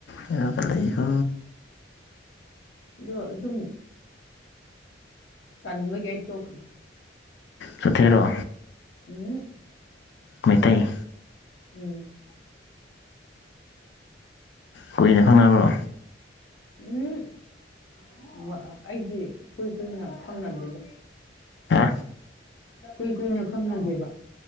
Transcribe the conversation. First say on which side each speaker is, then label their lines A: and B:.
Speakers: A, on the left; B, on the left.
A: ꯍꯦꯔꯣꯒ ꯂꯩꯀꯣ
B: ꯑꯗꯣ ꯑꯗꯨꯝ ꯇꯟꯕꯒꯤ ꯑꯩ ꯇꯣꯛꯈ꯭ꯔꯦ
A: ꯆꯣꯊꯦꯔꯣ
B: ꯎ ꯎꯝ
A: ꯃꯩꯇꯩ
B: ꯎꯝ
A: ꯀꯨꯏꯅ ꯈꯪꯅꯕ꯭ꯔꯣ
B: ꯎꯝꯝ ꯑꯩꯗꯤ ꯀꯨꯏ ꯀꯨꯏꯅ ꯈꯪꯅꯗꯦꯗ
A: ꯍꯥ
B: ꯀꯨꯏ ꯀꯨꯏꯅ ꯈꯪꯅꯗꯦꯕ